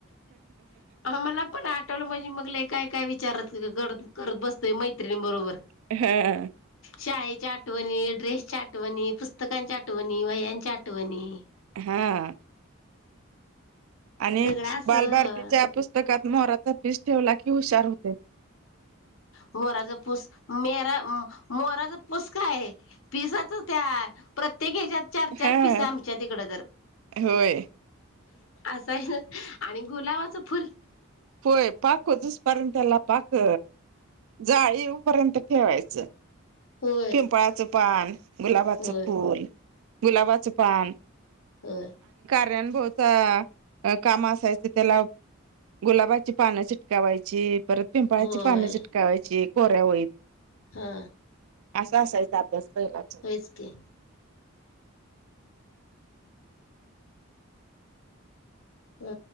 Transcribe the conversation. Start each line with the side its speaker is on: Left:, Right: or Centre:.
Left: मला पण आठवलं म्हणजे मगले काय काय विचार कर करत बसतय माहि तत्रीण बरोबर
Right: हा
Left: शाळेच्या आठवणी ड्रेसच्या आठवणी पुस्तकांच्या आठवणी वहया्यांच्या आठवणी
Right: हा आणि
Left: सगळं असं
Right: बालभारतीच्या पुस्तकात मोराचा पीस ठेवला की हुशार हो
Left: मोराचा पूस मेरा मोराचा पुसका आहे पिसाच त्या प्रत्य ते घ्याच्यात चार चार
Right: हा
Left: पिस आमच्या तिकडं तर
Right: होय
Left: असं आहे ना आणि गुलाबाचं फुल
Right: पय पाको दुस पर्ंतला पाक जाळीपर्यंत ठेवायचं.
Left: होय
Right: पिंपळाचं पान, गुलाबाचं
Left: होय
Right: फूल गुलाबाचं पान,
Left: ह
Right: नभव काम असायच त्याला, गुलाबाची पानं चिटकावायची परत पिंपळाची
Left: होय
Right: पानं चिटकावायची कोऱ्या होईत
Left: हा
Right: असं असायचा अभ्यास पहिलाचा.
Left: होईच की अ